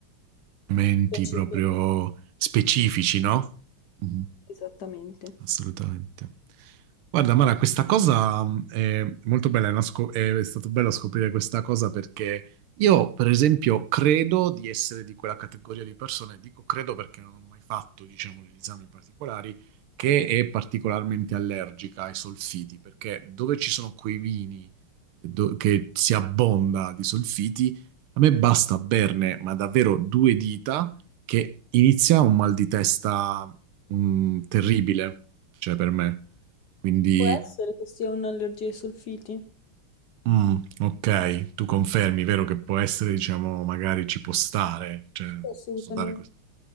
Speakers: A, on the right; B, on the left.
A: abbinamenti
B: invece
A: proprio
B: per lì,
A: specifici, no? Mhm,
B: esattamente.
A: assolutamente. Guarda, Mara, questa cosa mh, è molto bella, è, una scop- è stato bello scoprire questa cosa perché io, per esempio, credo di essere di quella categoria di persone, dico credo perché non ho mai fatto, diciamo, degli esami particolari, che è particolarmente allergica ai solfiti, perché dove ci sono quei vini do- che si abbonda di solfiti, a me basta berne, ma davvero due dita, che inizia un mal di testa mm, terribile, cioè per me. Quindi,
B: Può essere che sia un'allergia ai solfiti?
A: mm, ok, tu confermi, vero che può essere, diciamo, magari ci può stare, cioè
B: Sì, assolutamente.
A: posso dare questo.